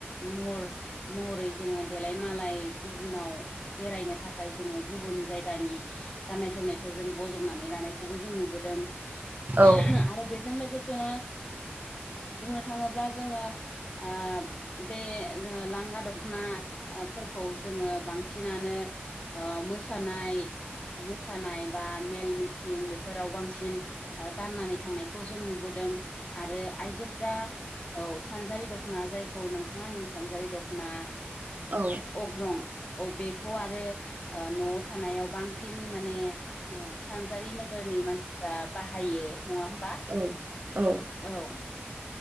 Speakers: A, on the left (about 30°); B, on the right (about 45°).
A: महर महरै जोङो देलाय मालाय गुबुनाव बेरायनो थाखाय जोङो गुबुन जायगानि गाननाय जोमनायखौ जों बजबनानै लानायखौबो जों नुबोदों। दों
B: औ
A: आरो बेजों लोगोसेनो बुंनो थाङोब्ला जोङो ओ बे लांगा दख'नाफोरखौ जोङो बांसिन बांसिनानो ओ मोसानाय मोसानाय बा मेल मिथिं बेफोराव बांसिन गाननानै थांनायखौ जों नुबोदों आरो आइजोफ्रा औ सानजारि दख'ना जायखौ नोंथाङा नों सानजारि दख'ना
B: औ
A: अग्रं औ बेखौ आरो न'आव थानायाव बांसिन माने सानजारि नोगोरनि मानसि बाहायो नङा होमबा?
B: औ औ
A: औ